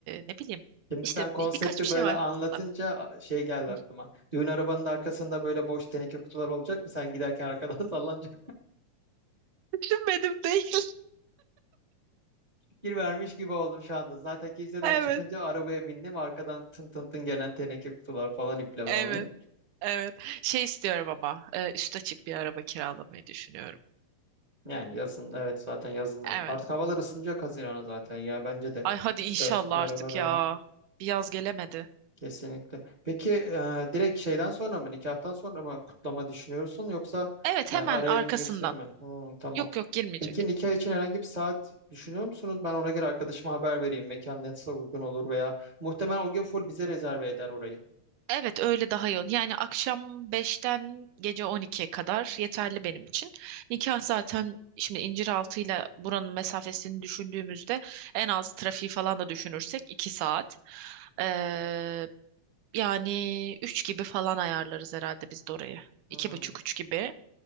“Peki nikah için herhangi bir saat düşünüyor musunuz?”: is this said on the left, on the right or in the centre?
Right